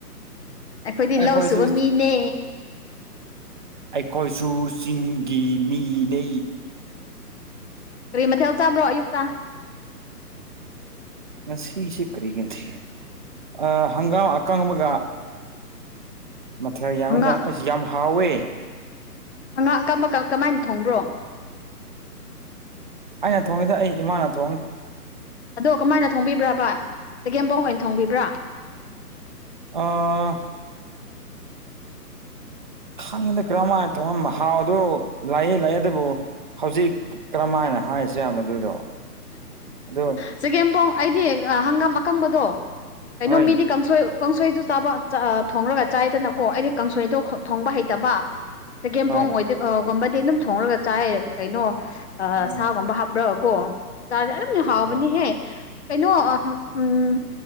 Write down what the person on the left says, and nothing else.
ꯑꯩꯈꯣꯏꯗꯤ
ꯂꯧ ꯁꯨꯕ ꯃꯤꯅꯦ
ꯀꯔꯤ ꯃꯊꯦꯜ ꯆꯥꯕ꯭ꯔꯣ ꯑꯌꯨꯛꯇꯪ
ꯍꯪꯒꯥꯝ
ꯍꯉꯥꯡꯀꯛ ꯃꯀꯛ ꯀꯃꯥꯏꯅ ꯊꯣꯡꯕ꯭ꯔꯣ
ꯑꯗꯣ ꯀꯃꯥꯏꯅ ꯊꯣꯡꯕꯤꯕ꯭ꯔꯥꯕ ꯆꯒꯦꯝ ꯄꯥꯎ ꯑꯣꯏꯅ ꯊꯣꯡꯕꯤꯕ꯭ꯔꯥ
ꯆꯒꯦꯝꯄꯣꯡ ꯑꯩꯗꯤ ꯍꯪꯒꯥꯝ ꯑꯀꯪꯕꯗꯣ ꯀꯩꯅꯣ
ꯃꯤꯗꯤ ꯀꯥꯡꯁꯣꯏ ꯀꯥꯡꯁꯣꯏꯗꯨ ꯆꯥꯕ ꯊꯣꯡꯂꯒ ꯆꯥꯏꯗꯅꯀꯣ ꯑꯩꯗꯤ ꯀꯥꯡꯁꯣꯏꯗꯣ ꯊꯣꯡꯕ ꯍꯩꯇꯕ ꯆꯒꯦꯝꯄꯣꯡ
ꯑꯣꯏꯗꯒꯨꯝꯕꯗꯤ ꯑꯗꯨꯝ ꯊꯣꯡꯡꯂꯒ ꯆꯥꯏ ꯀꯩꯅꯣ
ꯁꯥꯒꯨꯝꯕ ꯍꯥꯞꯄ꯭ꯔ ꯑꯣ ꯆꯥꯔꯁꯦ ꯑꯗꯨꯝꯅ ꯍꯥꯎꯕꯅꯤꯍꯦ
ꯀꯩꯅꯣ ꯎꯝ